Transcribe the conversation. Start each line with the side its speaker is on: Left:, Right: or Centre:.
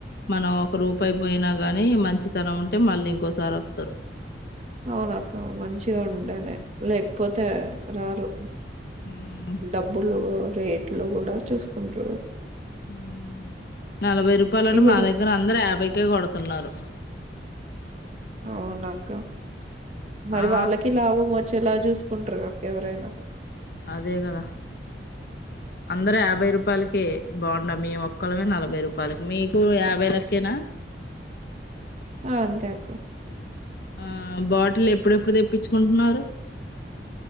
Left: మనం ఒక రూపు అయిపోయినా గాని మంచితనం ఉంటే మళ్ళీ ఇంకోసారి వస్తారు వస్తారు
Right: అవును అక్క మంచిగా ఉంటేనే లేకపోతే రారు
Left: ఉమ్
Right: డబ్బులు రేట్లు కూడా చూసుకుంటరు
Left: ఉ నలభై రూపాయలు అని
Right: ఇప్పుడు
Left: మా దగ్గర అందరు యాభైకే కొడుతున్నారు
Right: అవున అక్క మరి
Left: ఆ
Right: వాళ్ళకి లాభం వచ్చేలా చూసుకుంటారు అక్క ఎవరైనా
Left: అదే కదా అందరు యాభై రూపాయలకె బోండా మీ ఒక్కలమే నలభై రూపాయకి మీకు యాభై లకేనా
Right: ఆ అంతే అక్క
Left: ఆ బాటిల్ ఎప్పుడెప్పుడు తెప్పించుకుంటున్నారు